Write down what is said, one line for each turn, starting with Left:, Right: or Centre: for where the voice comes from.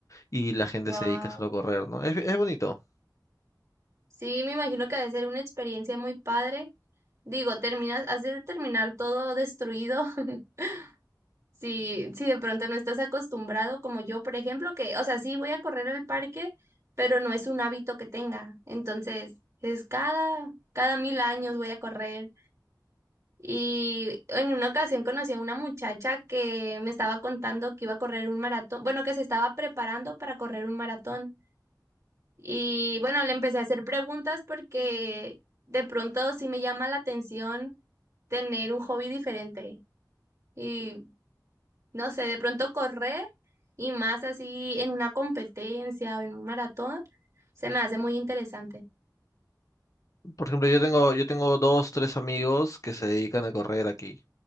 Left: y la gente
Right: Guau.
Left: se dedica solo a correr, ¿no? Es, es bonito.
Right: Sí, me imagino que ha de ser una experiencia muy padre. Digo, terminas, has de terminar todo destruido <laughs> si, si de pronto no estás acostumbrado, como yo, por ejemplo, que, o sea, sí voy a correr al parque, pero no es un hábito que tenga. Entonces, es cada, cada mil años voy a correr. Y en una ocasión conocí a una muchacha que me estaba contando que iba a correr un maratón, bueno, que se estaba preparando para correr un maratón. Y bueno, le empecé a hacer preguntas porque de pronto sí me llama la atención tener un hobby diferente. Y no sé, de pronto correr y más así en una competencia o en un maratón, se me hace muy interesante.
Left: Por ejemplo, yo tengo, yo tengo dos, tres amigos que se dedican a correr aquí.